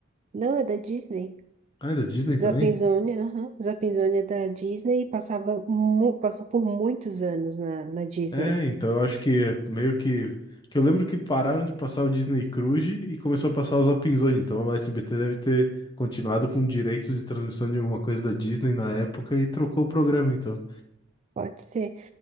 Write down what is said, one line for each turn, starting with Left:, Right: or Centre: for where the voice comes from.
Right: Não, é da Disney.
Left: Ah, é da Disney também?
Right: Zappzone, aham. Zappzone é da Disney e passava, mu- passou por muitos anos na, na Disney.
Left: É, então eu acho que meio que. Que eu lembro que pararam de passar o Disney Cruise e começou a passar os Apinzões. Então o SBT deve ter continuado com direitos de transmissão de alguma coisa da Disney na época e trocou o programa, então.
Right: Pode ser.